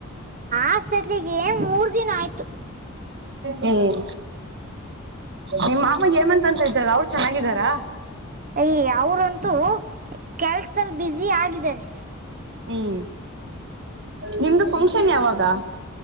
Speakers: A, on the right; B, on the right.
A: ಆಸ್ಪೆತ್ಗೆ ಮೂರ್ ದಿನ ಆಯ್ತು
B: ಹ್ಮ್ ನಿಮ್ಮ ಮಾಮಗ ಹೇಮಂತ್ ಇದ್ರಲ್ಲ ಅವ್ರು ಚೆನ್ನಾಗಿದಾರಾ
A: ಯ ಅವ್ರಂತೂ ಕೆಲ್ಸದಲ್ಲಿ ಬ್ಯಸಿ ಆಗಿದ್ದಾರೆ
B: ಹ್ಮ್ ನಿಮ್ದು ಫಂಕ್ಷನ್ ಯಾವಾಗ